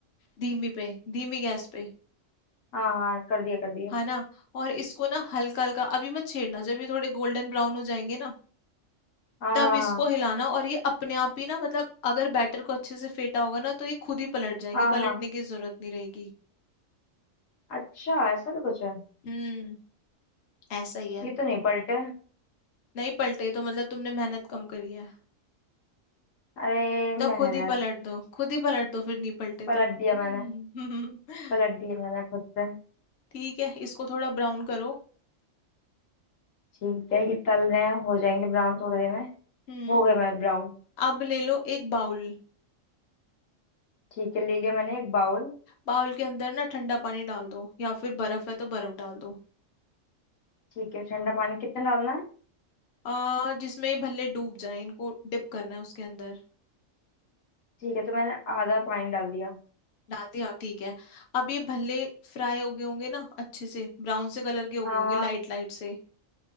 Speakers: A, on the left (about 60°); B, on the left (about 80°).
A: धीमी पे धीमी गैस पे
B: हाँ हाँ कर दिया कर दिया
A: है ना और इसको ना हल्का हल्का अभी मत छेड़ना जब ये थोड़े गोल्डन ब्राउन हो जाएंगे ना
B: हाँ
A: तब
B: हाँ
A: इसको हिलाना और ये अपने आप ही ना मतलब अगर बैटर को अच्छे से फेटा होगा ना तो ये खुद ही पलट जाएंगे
B: हाँ हाँ
A: पलटने
B: हाँ
A: की जरूरत नहीं रहेगी
B: अच्छा ऐसा भी कुछ है
A: हम्म ऐसा ही है
B: ये तो नहीं पलटे
A: नहीं पलटे तो मतलब तुमने मेहनत कम करी है
B: अरे
A: तो
B: मेहनत
A: खुद ही पलट दो खुद ही पलट दो फिर नहीं पलटे
B: पलट
A: तो
B: दिया
A: हम्म,
B: मैंने
A: <laughs>
B: पलट दिया मैंने खुद से
A: ठीक है इसको थोड़ा ब्राउन करो
B: ठीक है ये तल रहे हैं हो जाएंगे ब्राउन थोड़ी देर में
A: हम्म
B: हो गए मैं ब्राउन
A: अब ले लो एक बाउल
B: ठीक है ले लिया मैंने एक बाउल
A: बाउल के अंदर ना ठंडा पानी डाल दो या फिर बर्फ है तो बर्फ डाल दो
B: ठीक है ठंडा पानी कितना डालना है
A: आ, जिसमें ये भल्ले डूब जाए इनको डिप करना है उसके अंदर
B: ठीक है तो मैंने आधा पानी डाल दिया
A: डाल दिया ठीक है अब ये भल्ले फ्राई हो गए होंगे ना अच्छे से ब्राउन से कलर के हो
B: हाँ
A: गए होंगे लाइट
B: हाँ
A: लाइट से